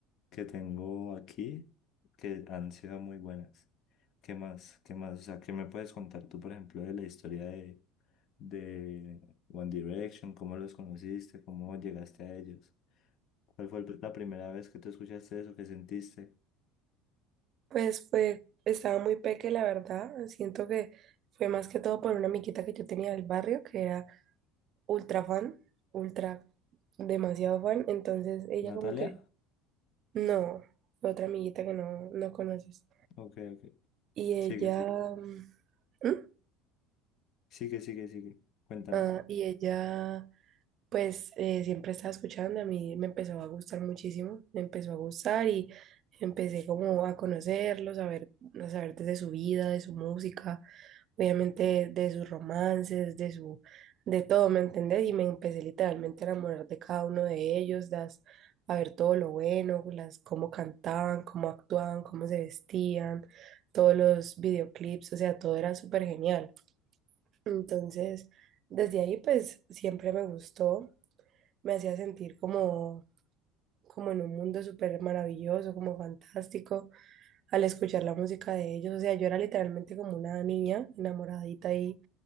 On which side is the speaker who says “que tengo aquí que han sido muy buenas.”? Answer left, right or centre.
Left